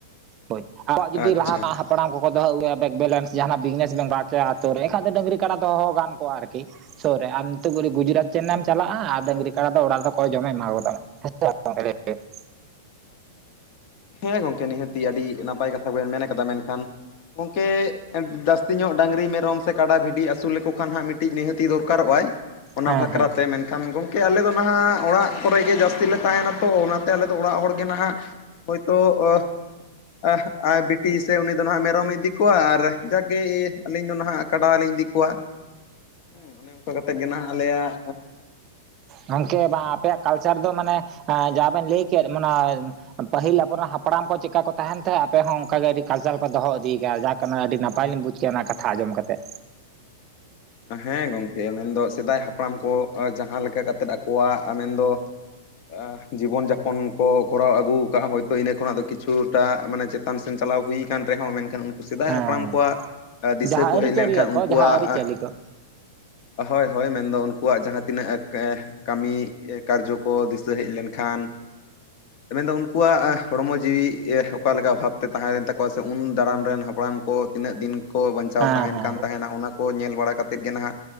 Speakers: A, on the right; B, on the left.
A: ᱦᱳᱭ ᱟᱵᱚᱣᱟᱜ
B: ᱟᱪᱪᱷᱟ
A: ᱡᱩᱫᱤ ᱞᱟᱦᱟ <inaudible> ᱯᱲᱟᱢ ᱠᱚᱠᱚ ᱫᱚᱦᱚ ᱟᱹᱜᱩᱭᱟ ᱵᱮᱠ ᱵᱮᱞᱮᱱᱥ ᱡᱟᱦᱟᱱᱟᱜ ᱵᱤᱡᱽᱱᱮᱥ ᱵᱮᱱ ᱵᱟᱠᱮᱭᱟ ᱟᱛᱳ ᱨᱮ ᱮᱠᱷᱟᱡ ᱫᱚ ᱰᱟᱹᱝᱨᱤ ᱠᱟᱰᱟ ᱫᱚᱦᱚ ᱜᱟᱱ ᱠᱚᱜᱼᱟ ᱟᱨᱠᱤ᱾ ᱥᱚᱨᱮ ᱟᱢ ᱱᱤᱛᱚᱜ ᱜᱩᱡᱨᱟᱴ ᱪᱮᱱᱱᱟᱭ ᱮᱢ ᱪᱟᱞᱟᱜᱼᱟ ᱟᱨ ᱰᱟᱝᱨᱤ ᱠᱟᱰᱟ ᱫᱚ ᱚᱲᱟᱜ ᱨᱮ ᱠᱚᱭ ᱡᱚᱢᱮ ᱮᱢᱟᱣᱟ ᱠᱚᱛᱟᱢᱟ? <unintelligible>
B: <inaudible> ᱦᱮᱸ ᱜᱚᱢᱠᱮ ᱱᱤᱦᱟᱹᱛᱤ ᱟᱹᱰᱤ ᱱᱟᱯᱟᱭ ᱠᱟᱛᱷᱟ ᱵᱮᱱ ᱢᱮᱱ ᱠᱟᱫᱟ ᱢᱮᱱᱠᱷᱟᱱ ᱜᱚᱝᱠᱮ ᱡᱟᱹᱥᱛᱤ ᱧᱚᱜ ᱰᱟᱹᱝᱨᱤ ᱢᱮᱨᱚᱢ ᱥᱮ ᱠᱟᱰᱟ ᱵᱷᱤᱰᱤ ᱟᱹᱥᱩᱞ ᱞᱮᱠᱚ ᱠᱷᱟᱱ ᱦᱟᱸᱜ ᱢᱤᱫᱴᱤᱡ ᱱᱤᱦᱟᱹᱛᱤ ᱫᱚᱨᱠᱟᱨᱚᱜᱼᱟᱭ᱾ ᱚᱱᱟ
A: ᱦᱮᱸ
B: ᱵᱟᱠᱷᱨᱟᱛᱮ ᱢᱮᱱ ᱠᱷᱟᱱ ᱜᱚᱢᱠᱮ ᱟᱞᱮ ᱫᱚ ᱱᱟᱦᱟᱜ ᱚᱲᱟᱜ ᱠᱚᱨᱮᱜᱮ ᱡᱟᱹᱥᱛᱤ ᱞᱮ ᱛᱟᱦᱮᱱᱟ ᱛᱚ ᱚᱱᱟᱛᱮ ᱟᱞᱮᱫᱚ ᱚᱲᱟᱜ ᱦᱚᱲᱜᱮ ᱱᱟᱦᱟᱜ ᱦᱳᱭᱛᱳ ᱚ <unintelligible> ᱵᱤᱴᱤ ᱥᱮ ᱩᱱᱤ ᱫᱚ ᱱᱟᱦᱟᱜ ᱢᱮᱨᱚᱢᱮ ᱤᱫᱤ ᱠᱚᱣᱟ ᱟᱨ ᱡᱟᱜᱮ ᱟᱹᱞᱤᱧ ᱫᱚ ᱱᱟᱦᱟᱜ ᱠᱟᱰᱟ ᱩᱚᱸᱞᱤᱧ ᱤᱫᱤ ᱠᱚᱣᱟ ᱦᱮᱸ ᱚᱱᱮ ᱚᱝᱠᱟ ᱠᱟᱛᱮᱫ ᱜᱮ ᱱᱟᱦᱟᱜ ᱟᱞᱮᱭᱟᱜ
A: ᱜᱚᱝᱠᱮ ᱵᱟᱝ ᱟᱯᱮᱭᱟᱜ ᱠᱟᱞᱪᱟᱨ ᱫᱚ ᱢᱟᱱᱮ ᱮᱸ ᱡᱟᱦᱟᱸ ᱵᱮᱱ ᱞᱟᱹᱭ ᱠᱮᱫ ᱚᱱᱟ ᱯᱟᱹᱦᱤᱞ ᱟᱵᱚᱨᱮᱱ ᱦᱟᱯᱲᱟᱢ ᱠᱚ ᱪᱮᱫᱮᱠᱟ ᱠᱚ ᱛᱟᱦᱮᱱ ᱛᱟᱦᱮᱸᱫ ᱟᱯᱮ ᱦᱚᱸ ᱚᱱᱠᱟ ᱜᱮ ᱟᱹᱰᱤ ᱠᱟᱞᱪᱟᱨ ᱯᱮ ᱫᱚᱦᱚ ᱤᱫᱤ ᱟᱠᱟᱫ-ᱟ ᱡᱟᱠ ᱠᱟᱱᱟ ᱟᱹᱰᱤ ᱱᱟᱯᱟᱭ ᱞᱤᱧ ᱵᱩᱡᱽ ᱠᱮᱜᱼᱟ ᱚᱱᱟ ᱠᱟᱛᱷᱟ ᱟᱸᱡᱚᱢ ᱠᱟᱛᱮᱜ᱾
B: ᱦᱮᱸ ᱜᱚᱢᱠᱮ ᱢᱮᱱᱫᱚ ᱥᱮᱫᱟᱭ ᱦᱟᱯᱲᱟᱢ ᱠᱚ ᱡᱟᱦᱟᱸ ᱞᱮᱠᱟ ᱠᱟᱛᱮᱫ ᱟᱠᱚᱣᱟᱜ ᱢᱮᱱᱫᱚ ᱟ ᱡᱤᱵᱚᱱ ᱡᱟᱯᱚᱱ ᱠᱚ ᱠᱚᱨᱟᱣ ᱟᱹᱜᱩ ᱠᱟᱜᱼᱟ ᱦᱳᱭᱛᱳ ᱤᱱᱟᱹ ᱠᱷᱚᱱᱟᱜ ᱫᱚ ᱠᱤᱪᱷᱩ ᱴᱟᱜ ᱢᱟᱱᱮ ᱪᱮᱫ ᱛᱟᱱ ᱥᱮᱱ ᱪᱟᱞᱟᱣ ᱦᱩᱭ ᱟᱠᱟᱱ ᱨᱮᱦᱚᱸ ᱢᱮᱱᱠᱷᱟᱱ ᱩᱱ ᱥᱮᱫᱟᱭ
A: ᱦᱮᱸ
B: ᱦᱟᱯᱲᱟᱢ ᱠᱚᱣᱟᱜ ᱫᱤᱥᱟᱹ
A: ᱡᱟᱦᱟᱸ
B: ᱠᱚ
A: ᱟᱹᱨᱤᱪᱟᱹᱞᱤᱭᱟᱹ
B: ᱦᱮᱡ ᱞᱮᱱᱠᱷᱟᱱ ᱩᱱᱠᱩᱣᱟᱜ
A: ᱠᱚ ᱡᱟᱦᱟᱸ ᱟᱹᱨᱤᱪᱟᱹᱞᱤ
B: ᱟ
A: ᱠᱚ
B: ᱦᱳᱭ ᱦᱳᱭ ᱢᱮᱱᱫᱚ ᱩᱱᱠᱩᱣᱟᱜ ᱡᱟᱦᱟᱸ ᱛᱤᱱᱟᱹᱜ <unintelligible> ᱠᱟᱹᱢᱤ ᱠᱟᱨᱡᱚ ᱠᱚ ᱫᱤᱥᱟᱹ ᱦᱮᱡ ᱞᱮᱱᱠᱷᱟᱱ ᱢᱮᱱᱫᱚ ᱩᱱᱠᱩᱣᱟᱜ ᱦᱚᱲᱢᱚ ᱡᱤᱣᱤ ᱮ ᱚᱠᱟᱞᱮᱠᱟ ᱵᱷᱟᱵᱛᱮ ᱛᱟᱦᱮᱸᱣᱮᱱ ᱛᱟᱠᱚᱣᱟ ᱥᱮ ᱩᱱ ᱫᱟᱨᱟᱢ ᱨᱮᱱ ᱦᱟᱯᱲᱟᱢ ᱠᱚ ᱛᱤᱱᱟᱹᱜ ᱫᱤᱱ ᱠᱚ ᱵᱟᱧᱪᱟᱣ
A: ᱦᱮᱸ
B: ᱛᱟᱦᱮᱱ
A: ᱦᱮᱸ
B: ᱠᱟᱱ ᱛᱟᱦᱮᱱᱟ ᱚᱱᱟ ᱠᱚ ᱧᱮᱞ ᱵᱟᱲᱟ ᱠᱟᱛᱮᱫ ᱜᱮ ᱱᱟᱦᱟᱜ